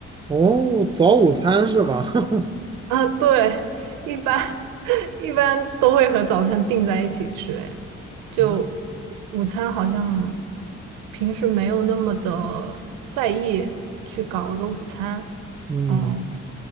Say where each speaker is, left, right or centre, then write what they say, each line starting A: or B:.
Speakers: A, on the right; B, on the right.
A: 哦，早午餐是吧？<laughs>
B: 啊，对，一般 <laughs> 一般都会和早餐并在一起吃，哎，就
A: 嗯
B: 午餐好像平时没有那么的在意去搞一个午餐。
A: 嗯，
B: 哦，